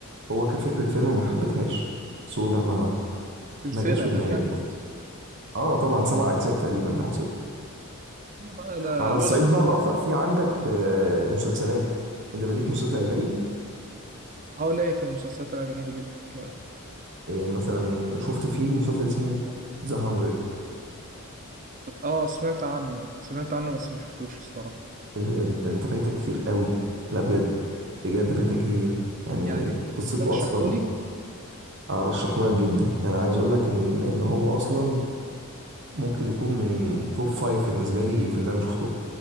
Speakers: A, on the right; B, on the right.
A: هو كفكرة فيلم ما حبيتهاش سو ده ما
B: سلسله
A: ما جاش في دماغي
B: ده كامله
A: خالص اه طبعا سبع اجزاء تقريبا او ست
B: هي بقى لا-
A: على
B: لولا
A: الصعيد
B: اختلاف
A: بقى الاخر في عندك آه، مسلسلات انت بديك مسلسل اجنبي
B: اه ليا في المسلسلات الاجنبي جدا كمان
A: آه، مثلا شفت فيه مسلسل اسمه ذا 100
B: اه سمعت عنه سمعت عنه بس ما شفتوش الصراحه
A: انت انت فايتك كتير قوي لا بجد بجد فايتك كتير يعني
B: يعني
A: قصته
B: ترشحهولي
A: اصلا ارشحه لك جدا يعني انا عايز اقول لك ان ان هو اصلا ممكن يكون من توب فايف بالنسبه لي في اللي انا شفته